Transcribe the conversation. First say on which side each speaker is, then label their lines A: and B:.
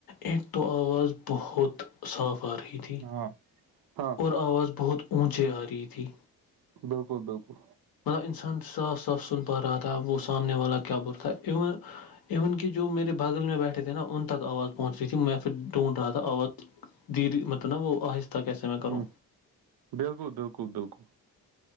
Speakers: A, on the left; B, on the right.
A: ایک تو آواز بہت صاف آ رہی تھی
B: ہاں ہاں
A: اور آواز بہت اونچے آ رہی تھی
B: بالکل بالکل
A: مطلب انسان صاف صاف سن پا رہا تھا وہ سامنے والا کیا بول رہا تھا ایون ایون کہ جو میرے باغل میں بیٹھے تھے نا ان تک آواز پہنچ رہی تھی میں پھر ڈھونڈ رہا تھا آواز مطلب نا وہ آہستہ کیسے میں کروں
B: ہمم بالکل بالکل بالکل